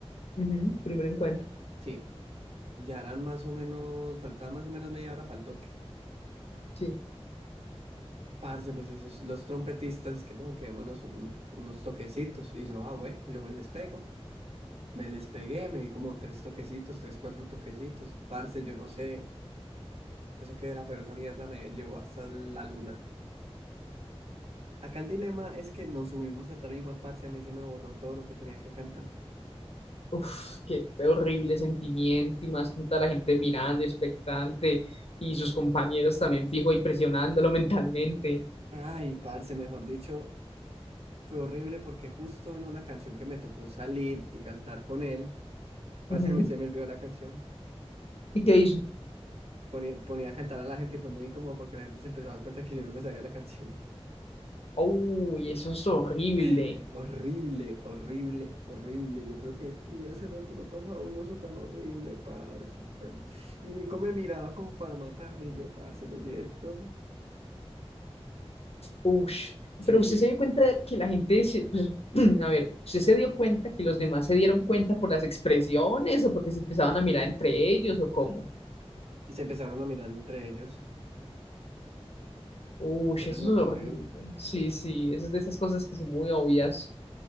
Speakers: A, on the left (about 70°); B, on the right (about 70°).
A: ujú, Primer encuentro.
B: Sí, ya eran más o menos, faltaba más o menos media hora para el toque.
A: Sí.
B: Parce, pues esos, los trompetistas, es que no, quedémonos un- unos toquecitos. Y yo, ah, bueno, yo me les pego. Me les pegué, me di como tres toquecitos, tres, cuatro toquecitos. Parce, yo no sé eso qué era, pero esa mierda me llevó hasta la luna. Acá el dilema es que nos subimos a tarima, parce, a mí se me borró todo lo que tenía que cantar.
A: Uf, qué horrible sentimiento. Y más con toda la gente mirando, expectante, y sus compañeros también fijo y presionándolo <laughs> mentalmente.
B: Ay, parce, mejor dicho, fue horrible porque justo en una canción que me tocó salir y cantar con él, parce,
A: Ujú.
B: a mí se me olvidó la canción.
A: ¿Y qué hizo?
B: Ponía, ponía a cantar a la gente y fue muy incómodo porque la gente se empezó a dar cuenta que yo no me sabía la canción.
A: Uy, eso es horrible.
B: <laughs> Horrible, horrible, horrible. Yo creo que, uy, hace rato no pasaba un oso tan horrible, parce. tan- Y Nico me miraba como para matarme y yo, parce, lo siento.
A: Ush.
B: Sí,
A: Pero usted se dio cuenta que la gente, se- pues, <clears throat> a ver, usted se dio cuenta que los demás se dieron cuenta por las expresiones o porque se empezaban a mirar entre ellos o cómo.
B: se empezaron a mirar entre ellos.
A: Ush,
B: Era
A: eso
B: notorio.
A: es horrible. Sí, sí, eso es de esas cosas que son muy obvias.